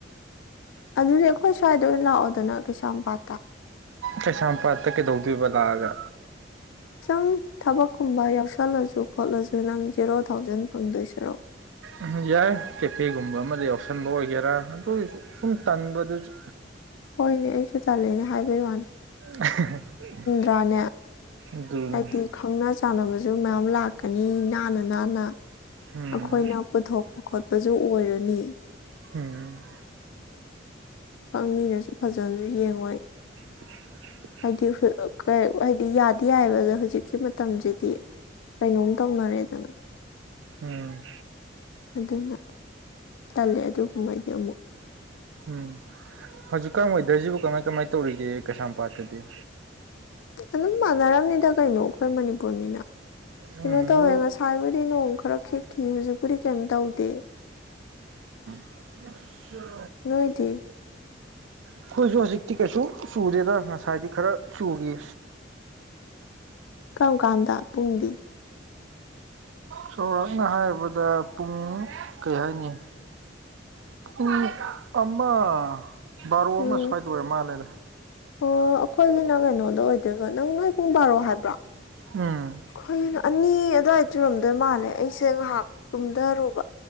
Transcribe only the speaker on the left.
ꯑꯗꯨꯗꯤ ꯑꯩꯈꯣꯏ ꯁ꯭ꯋꯥꯏꯗ ꯑꯣꯏꯅ ꯂꯥꯛꯑꯣꯗꯅ ꯀꯩꯁꯥꯝꯄꯥꯠꯇ
ꯈꯤ ꯁꯪ ꯊꯕꯛꯀꯨꯝꯕ ꯌꯥꯎꯁꯜꯂꯁꯨ ꯈꯣꯠꯂꯁꯨ ꯅꯪ ꯖꯦꯔꯣ ꯊꯥꯎꯖꯟ ꯐꯪꯗꯣꯏ ꯁꯔꯣ
ꯍꯣꯏꯅꯦ ꯑꯩꯁꯨ ꯇꯂꯦꯅꯦ ꯍꯥꯏꯕꯩ ꯋꯥꯅꯤ
꯭ꯔꯥꯅꯦ
ꯍꯥꯏꯗꯤ ꯈꯪꯅ ꯆꯥꯟꯅꯕꯁꯨ ꯃꯌꯥꯝ ꯂꯥꯛꯀꯅꯤ ꯅꯥꯟꯅ ꯅꯥꯟꯅ
ꯑꯩꯈꯣꯏꯅ ꯄꯨꯊꯣꯛꯄ ꯈꯣꯠꯄꯁꯨ ꯑꯣꯏꯔꯅꯤ
ꯈꯪꯃꯤꯔꯁꯨ ꯐꯖꯅꯁꯨ ꯌꯦꯡꯉꯣꯏ
ꯍꯥꯏꯗꯤ ꯍꯥꯏꯗꯤ ꯌꯥꯗꯤ ꯌꯥꯏꯑꯕ ꯑꯗ ꯍꯧꯖꯤꯛꯀꯤ ꯃꯇꯝꯁꯤꯗꯤ ꯀꯩꯅꯣꯝ ꯇꯧꯅꯔꯦꯗꯅ
ꯑꯗꯨꯅ ꯇꯜꯂꯦ ꯑꯗꯨꯒꯨꯝꯕꯩꯗꯤ ꯑꯃꯨꯛ
ꯑꯗꯨꯝ ꯃꯥꯟꯅꯔꯝꯅꯤꯗ ꯀꯩꯅꯣ ꯑꯩꯈꯣꯏ ꯃꯅꯤꯄꯨꯔꯅꯤꯅ ꯀꯩꯅꯣ
ꯇꯧꯋꯦ ꯉꯁꯥꯏꯕꯨ ꯗꯤ ꯅꯣꯡ ꯈꯔ ꯍꯈꯤꯦꯛꯈꯤ ꯍꯧꯖꯤꯛꯄꯨꯗꯤ ꯀꯩꯝ ꯇꯧꯗꯦ
ꯅꯣꯏꯗꯤ
ꯀꯧꯀꯥꯟꯗ ꯄꯨꯡꯗꯤ
ꯎꯝ
ꯑꯣ ꯑꯩꯈꯣꯏꯒꯤꯅ ꯀꯩꯅꯣꯗ ꯑꯣꯏꯗꯣꯏꯕ ꯅꯪ ꯅꯣꯏ ꯄꯨꯡ ꯕꯥꯔꯣ ꯍꯥꯏꯕ꯭ꯔꯣ
ꯑꯩꯈꯣꯏꯒꯤꯅ ꯑꯅꯤ ꯑꯗꯨꯋꯥꯏ ꯇꯨꯔꯝꯗꯣꯏ ꯃꯥꯜꯂꯦ ꯑꯩꯁꯦ ꯉꯥꯏꯍꯥꯛ ꯇꯨꯝꯊꯔꯨꯕ